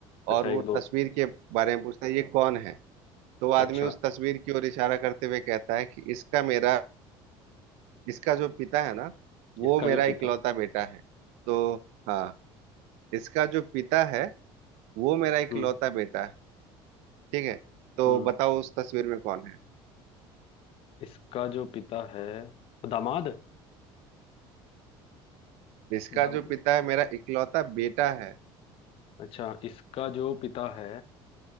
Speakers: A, on the left; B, on the right.
A: अच्छा
B: और वो
A: एक दो
B: तस्वीर के बारे में पूछता है ये कौन है तो
A: अच्छा
B: आदमी उस तस्वीर की ओर इशारा करते हुए कहता है कि इसका मेरा इसका जो पिता है ना वो
A: इसका
B: मेरा
A: जो पिता
B: इकलौता बेटा है तो हाँ इसका जो पिता है वो मेरा इकलौता
A: हम्म
B: बेटा है ठीक है तो
A: हम्म
B: बताओ उस तस्वीर में कौन है
A: इसका जो पिता है दामाद
B: इसका
A: दम
B: जो पिता है मेरा इकलौता बेटा है
A: अच्छा इसका जो पिता है